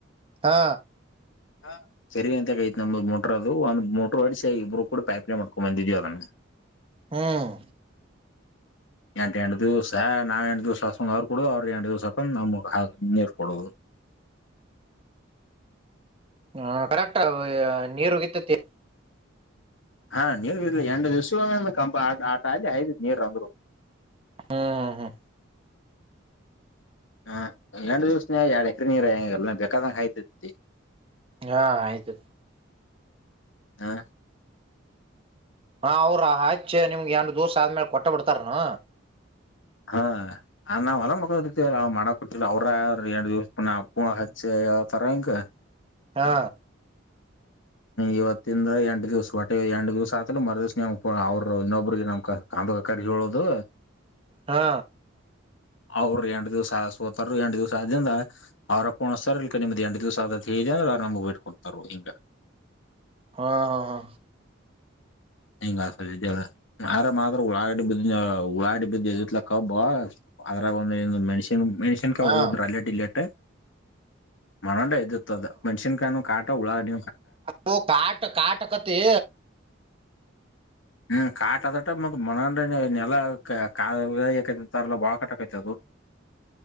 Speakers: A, on the right; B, on the left.
A: ಹಾ
B: ಹ ಸರಿ ಅಂತಗೈತ್ ನಮ್ದ ಮೋಟ್ರ ಅದು ಒಂದ ಮೋಟ್ರರ್ ಹೊಡಿಸಿ ಇಬ್ರು ಕೂಡ ಪೈಪ್ಲೇ ಮಾಡ್ಕೊಂಡ್ ಬಂದಿದೀವಿ ಅದನ್ನ
A: ಹ್ಮ್
B: ಎಂಟು ಎಂಟ ದಿವ್ಸ ನಾವ್ ಎಂಟು ದಿವ್ಸ ಹಾಸ್ಕೊಂಡ್ ಅವ್ರ ಕೊಡ ಅವ್ರ ಎಂಟ ದಿವ್ಸ ಹಾಕೊಂಡ್ ನಮ್ರು ಕೊಡುದು
A: ಹ ಕರೆಕ್ಟ್ ನೀರುಗಿತ್ತತಿ
B: ಹಾ ನೀರ್ ಬಿರ್ಲಿ ಎಂಡ ದಿವ್ಸ ಕಂ ಆಟ ಆ ಐದ ನೀರ್ ಅಂದ್ರು
A: ಹ್ಮ್ ಹ್ಮ್
B: ಹಾ ಎರಡು ದಿವಸನಯ ಎರಡ್ ಎಕ್ರ ನೀರ ಹೆಂಗ ಎಲ್ಲ ಬೇಕಾದಂಗ ಆಾಯ್ತತಿ
A: ಹಾ ಆಯ್ತು
B: ಹಾ
A: ಹಾ ಅವ್ರಾ ಆಯ್ತು ಅಚ್ಚ ನಿಮ್ಗೆರಂಡಡು ದಿವಸ ಆದ್ಮೇಲೆ ಕೊಟ್ಟ ಬಿಡ್ಾರನು
B: ಹಾ ನಾವ್ ಹೊಲ ಮಕತಿ ಮಾಡಕ್ ಕೊಟ್ಟಿ ಅವ್ರ ಅವ ಎರ ದಿವ್ಸ ಪುರ್ಣ ಅಪ್ಪು ಹಚ್ಚಿ ಯಾವತರ ಹಂಂಗ
A: ಹಾ
B: ಇವತ್ತಿಂದ್ರ ಎಂಟು ದಿವ್ಸ ಹೊಟ್ಟೆ ಎಂಟ ದಿವ್ಸ ಆತ್ಲ ಮರ ದಿವ್ಸ ನಮ ಅವರು ಇನ್ನೊಬ್ರಿಗೆ ನಮ್ ಕಾಂದಕಾರಿ ಹೇಳುದು
A: ಹಾ
B: ಅವ್ರು ಎಂಂಡ ದಿವ್ಸ ಆದ ಸೋತಾರ ಎಂಂಡ ದಿವ್ಸ ಆದಿಂದ ಅವ್ರಪ್ಪ ಉಣ್ತಾರ ಇಕ ನಿಮ್ದ್ ಎಟು ದಿವ್ಸ ಆದದ ಹೇಳ ಅಂದ್ರ ನಮ್ಗ್ ಬಿಟ್ ಕೊಡ್ತಾರ ಹಿಂಗ
A: ಹಾ ಹಾ ಹಾ
B: ಹಂಗ ಆರ ಮಾತ್ರ ಉಳಾ ಬ ಉಳಾಟ ಬಿದ್ದ ಎತ್ಲ ಕಬ್ಬ ಅದ್ರ ಒ ಮಷ ಮೆಣಷಸನ್ಕ
A: ಹಾ
B: ಹೋಗುದಿದ್ರ ಅಲ್ಲಾ ಇಲ್ಲಾಟ್ಟ ಮಾಡಣೋೊಂಡ ಎ್ತ್ತದ ಮಣಸಿನ್ ಕಾಯ ಕಾ ೌಳ ಅಡ್
A: ಹ ಕಾಟ ಕಾಟ ಕತಿ
B: ಹ್ಮ್ ಕಾಟ್ ಅದಟ ಮ ಮನರನೆ ನೆಲ್ಲ ಕಲ್ಲ ಬಾಳ ಕಾಟಕೈತದು